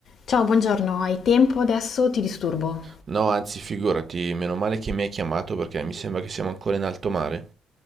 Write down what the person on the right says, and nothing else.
No, anzi, figurati, meno male che mi hai chiamato perché mi sembra che siamo ancora in alto mare.